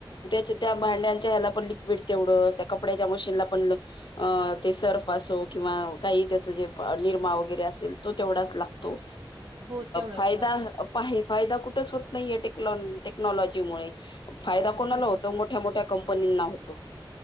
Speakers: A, on the left (about 60°); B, on the right (about 85°).
A: च त्या भांड्यांच्या ह्याला पण लिक्विड तेवढंच, त्या कपड्यांच्या मशीनला पण लिक्वी अ ते सर्फ असो किंवा काही त्याच जे निरमा वगैरे असेल तो तेवढाच लाग तो
B: हो तेवढंच
A: फायदा
B: डॉक्टर
A: फायदा कुठेच होत नाहीये टेकनॉ टेक्नॉलॉजी मुळे फायदा
B: कुठे
A: कोणाला
B: असत
A: होतो
B: ना
A: मोठ्या मोठ्या कंपनीना होतो.